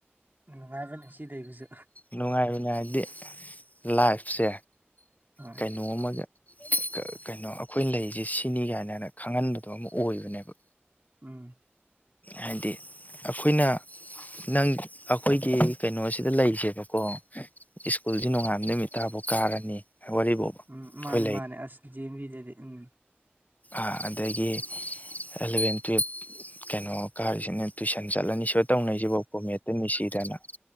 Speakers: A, on the right; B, on the left.
A: ꯅꯨꯡꯉꯥꯏꯕꯅꯤ ꯁꯤꯗꯩꯕꯨꯁꯨ
B: ꯅꯨꯡꯉꯥꯏꯕꯅꯦ ꯍꯥꯏꯗꯤ ꯂꯥꯏꯐꯁꯦ
A: ꯍꯣꯏ
B: ꯀꯩꯅꯣ ꯑꯃꯒ ꯒ ꯀꯩꯅꯣ ꯑꯝ ꯑꯩꯈꯣꯏ ꯂꯩꯔꯤꯁꯦ ꯁꯤꯅꯤ ꯀꯥꯏꯅ ꯈꯪꯍꯟꯕꯗꯣ ꯑꯃ ꯑꯣꯏꯕꯅꯦꯕ
A: ꯎꯝ
B: ꯍꯥꯏꯗꯤ ꯑꯩꯈꯣꯏꯅ ꯅꯪ ꯑꯩꯈꯣꯏꯒꯤ ꯀꯩꯅꯣꯁꯤꯗ ꯂꯩꯁꯦꯕꯀꯣ ꯁ꯭ꯀꯨꯜꯁꯤ ꯅꯣꯡꯉꯥꯟꯕ ꯅꯨꯃꯤꯠ ꯇꯥꯕꯨ ꯀꯥꯔꯅꯤ ꯋꯥꯔꯤꯐꯥꯎꯕ
A: ꯎꯝ
B: ꯑꯩꯈꯣꯏ
A: ꯃꯥꯅꯦ ꯃꯥꯅꯦ ꯑꯁ ꯖꯦꯑꯦꯟꯕꯤ ꯗꯗꯤ ꯎꯝ
B: ꯑꯥ ꯑꯗꯒꯤ ꯑꯦꯂꯚꯦꯟ ꯇꯨꯋꯦꯜꯐ ꯀꯩꯅꯣ ꯀꯥꯔꯤꯁꯤꯅ ꯇꯨꯏꯁꯟ ꯆꯠꯂꯅꯤ ꯁꯤꯗ ꯇꯧꯅꯩꯁꯤꯕꯣꯕ ꯀꯣ ꯃꯦꯠꯇ ꯅꯨꯡꯁꯤꯗꯅ